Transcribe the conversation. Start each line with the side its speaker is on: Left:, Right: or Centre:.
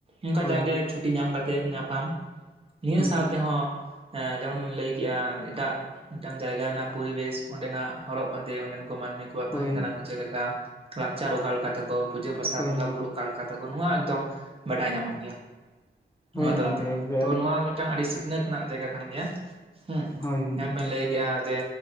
Right: ᱚᱱᱠᱟ
Left: ᱦᱳᱭ
Right: ᱡᱟ ᱜᱮ
Left: ᱦᱳᱭ
Right: ᱪᱷᱩᱴᱤ ᱧᱟᱢ ᱠᱟᱛᱮᱫ ᱧᱟᱯᱟᱢ ᱱᱤᱭᱟᱹ
Left: ᱦᱩᱸ
Right: ᱥᱟᱶ ᱛᱮᱦᱚᱸ ᱡᱮᱢᱚᱱ ᱵᱤᱱ ᱞᱟᱹᱭ ᱠᱮᱫᱮᱜ-ᱟ ᱮᱴᱟᱜ ᱢᱤᱫᱴᱟᱝ ᱡᱟᱭᱜᱟ ᱨᱮᱱᱟᱜ ᱯᱚᱨᱤᱵᱮᱥ ᱚᱸᱰᱮᱱᱟᱜ ᱦᱚᱨᱚᱜ ᱵᱟᱸᱫᱮ ᱚᱸᱰᱮᱱ ᱠᱚ ᱢᱟᱹᱱᱢᱤ ᱠᱚᱣᱟᱜ
Left: ᱦᱳᱭ
Right: ᱛᱟᱦᱮᱱ ᱠᱟᱱᱟ ᱠᱚ ᱪᱮᱫ ᱞᱮᱠᱟ ᱞᱟᱠᱪᱟᱨ ᱚᱠᱟ ᱞᱮᱠᱟ ᱛᱟᱠᱚ ᱯᱩᱡᱟᱹ ᱯᱟᱥᱟ
Left: ᱦᱳᱭ
Right: ᱵᱚᱸᱜᱟ
Left: ᱦᱳᱭ
Right: ᱵᱩᱨᱩᱩᱜ ᱚᱠᱟ ᱞᱮᱠᱟ ᱛᱟᱠᱚ ᱱᱚᱶᱟ ᱮᱠᱫᱚᱢ ᱵᱟᱰᱟᱭ ᱧᱟᱢᱚᱜ ᱜᱮᱭᱟ᱾
Left: ᱦᱳᱭ
Right: ᱱᱚᱣᱟ ᱛᱟᱞᱟ
Left: ᱜᱚᱝᱠᱮ
Right: ᱛᱮᱦᱚᱸ
Left: ᱮᱠᱫᱚᱢ,
Right: ᱛᱚ ᱱᱚᱣᱟ ᱢᱤᱫᱴᱟᱝ ᱟᱹᱰᱤ ᱥᱤᱠᱷᱱᱟᱹᱛ ᱨᱮᱱᱟᱜ ᱡᱟᱭᱜᱟ ᱠᱟᱱ ᱜᱮᱭᱟ ᱦᱩᱸ
Left: ᱦᱳᱭ ᱜᱚᱝᱠᱮ
Right: ᱡᱮᱱᱢᱧ ᱞᱟᱹᱭ ᱜᱮᱭᱟ ᱡᱮ